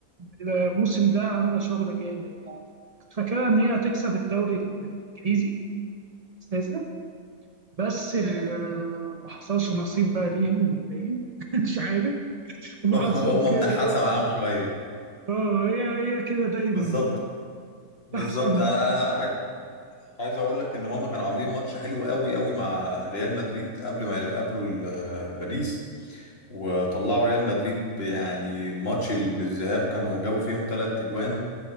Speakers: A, on the right; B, on the left.
A: الموسم ده عاملة شغل جامد يعني كنت فاكرها إن هي هتكسب الدوري الإنجليزي أساسا بس ال- ما حصلش نصيب بقى ليهم ولا ايه <laughs> مش عارف هم
B: <laughs>
A: حظهم
B: هم
A: كده
B: منحاسه معاهم شويه
A: اه هي هي كده دايما
B: بالظبط بالظبط
A: بتحصل لنا.
B: انا انا عايز عايز اقول لك ان هم كانوا عاملين ماتش حلو قوي قوي مع ريال مدريد قبل ما يقابلوا ال- باريس وطلعوا ريال مدريد ب- يعني ماتش الذهاب كانوا جابوا فيهم ثلاث اجوان